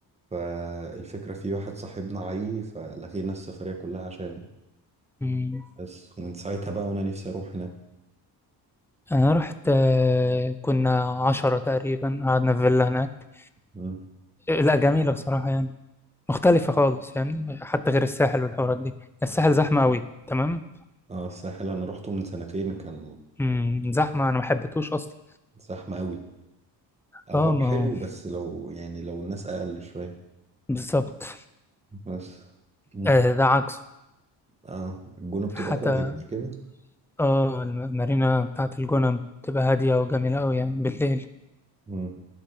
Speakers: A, on the right; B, in the centre.
A: فالفكرة في واحد صاحبنا عي فلغينا السفرية كلها عشانه
B: أمم.
A: بس ومن ساعتها بقى وانا نفسي اروح هناك
B: انا رحت آه كنا عشرة تقريبا قعدنا في فيلا هناك
A: مم.
B: آه، لا جميله بصراحه يعني مختلفه خالص يعني حتى غير الساحل والحوارات دي الساحل زحمه قوي تمام
A: اه الساحل انا روحته من سنتين كان
B: امم زحمة أنا ما حبيتهوش أصلا
A: زحمة قوي او
B: اه
A: هو
B: ما
A: حلو
B: هو
A: بس لو يعني لو الناس اقل شوية
B: بالظبط
A: بس مم.
B: آه ده عكسه
A: اه الجونة بتبقى
B: حتى
A: فاضية مش كده
B: اه المارينا بتاعت الجونة بتبقى هادية وجميلة أوي يعني بالليل
A: مم.